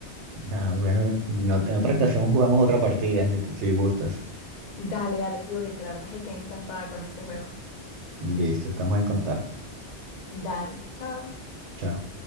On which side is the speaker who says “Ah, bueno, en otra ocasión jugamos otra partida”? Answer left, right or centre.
Right